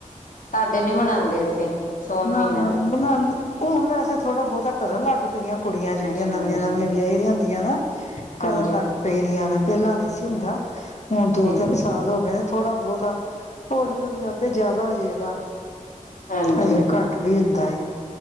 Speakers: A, on the left; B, on the left.
A: ਸਾਡੇ ਨੀ ਮਨਾਉਂਦੇ ਇੱਥੇ ਸੋਨ
B: ਨਾ
A: ਮਹੀਨਾ?
B: ਨਾ ਹੁਣ ਵੈਸੇ ਥੋੜਾ ਬਹੁਤਾ ਕਰਨ ਲੱਗ ਪਈਆਂ ਕੁੜੀਆਂ ਜਿਹੜੀਆਂ
A: ਅੱਛਾ
B: ਨਵੀਆਂ
A: ਜੀ,
B: ਨਵੀਆਂ ਵਿਆਹੀ ਦੀਆਂ ਹੁੰਦੀਆਂ ਨਾ
A: ਹਾਂਜੀ
B: ਕਰਨ ਲੱਗ ਪਈ ਦੀਆਂ ਨੇ ਪਹਿਲਾਂ ਨਹੀਂ ਸੀ ਹੁੰਦਾ ਹੁਣ ਦੋ
A: ਠੀਕ,
B: ਤਿੰਨ ਸਾਲ ਹੋ ਗਏ ਨੇ ਥੋੜਾ ਬਹੁਤਾ ਹੌਲੀ ਹੌਲੀ ਆਪੇ ਜਿਆਦਾ ਹੋਜਏਗਾ
A: ਹਾਂਜੀ
B: ਹਜੇ ਘੱਟ ਵੀ ਹੁੰਦਾ